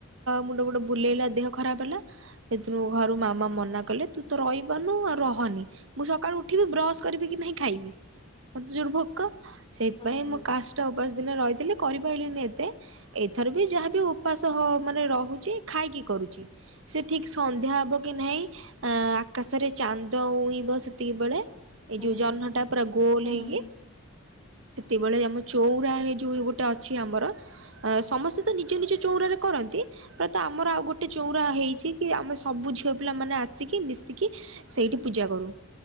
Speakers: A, on the right; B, on the left.
A: ମୁଣ୍ଡ ଗୋଟେ ବୁଲେଇଲା ଦେହ ଖରାପ ହେଲା ସେଥିରୁ ଘରୁ ମାମା ମନା କଲେ ତୁ ତ ରହିବନୁ ଆଉ ରହନି ମୁଁ ସକାଳୁ ଉଠିବି ବ୍ରସ କରିବି କି ନାହିଁ ଖାଇବି। ମତେ ଜୋର ଭୋକ ସେଇଥିପାଇଁ
B: ହଁ।
A: ମୋ କାସ୍ ଟା ଉପାସ ଦିନ ରହିଥିଲି କରିପାରିଲିନି ଏତେ ଏଥର ବି ଯାହାବି ଉପାସ ମାନେ ରହୁଛି ଖାଇକି କରୁଛି। ସେ ଠିକ ସନ୍ଧ୍ୟା ହବ କି ନାହିଁ ଆ ଆକାଶରେ ଚାନ୍ଦ ଉଇବ ସେତିକି ବେଳେ। ଏଇ
B: ହୁଁ
A: ଯୋଉ
B: ହୁଁ।
A: ଜହ୍ନ ଟା ପୁରା ଗୋଲ
B: ହୁଁ
A: ହେଇକି ସେତେବେଳେ ଆମ ଚଉଁରାରେ ଯୋଉ ଗୋଟେ ଅଛି ଆମର ସମସ୍ତେ ତ ନିଜ ନିଜ ଚଉରାରେ କରନ୍ତି ପ୍ରତ ଆମର ଆଉ ଗୋଟେ ଗୋଟେ ଚଉରା ହେଇଛି କି ଆମେ ସବୁ ଝିଅ ପିଲା ମାନେ ଆସିକି ମିଶିକି ସେଇଠି ପୂଜା କରୁ।